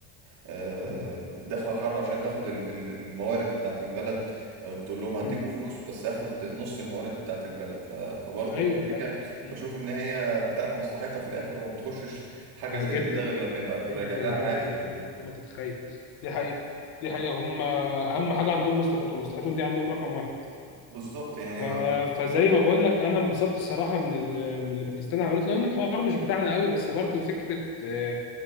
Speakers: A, on the right (about 55°); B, on the left (about 55°).
A: آه،
B: مم.
A: داخله الحرب عشان تاخد ال- ال- الموارد بتاعت البلد آه، بتقول لهم هديكوا
B: مم.
A: فلوس بس هاخد نص الموارد بتاعت البلد ف... فبرضه
B: ايوه
A: امريكا
B: فاهم مم.
A: بشوف ان هي بتاعت مصلحتها في الاخر وما بتخشش حاجه
B: ده
A: زي
B: جدا
A: كده غير لما يبقى راجع
B: جدا
A: لها
B: جدا
A: عائد
B: جدا
A: منها
B: فوق ما تتخيل دي حقيقه دي حقيقه هم اهم حاجه عندهم مصلحتهم مصلحتهم دي عندهم رقم واحد
A: بالظبط يعني
B: ف... فزي ما بقول لك انا انبسطت الصراحه من ال... من اللي باكستان عملته لو ان الحوار مش بتاعنا قوي بس برضه فكره آه،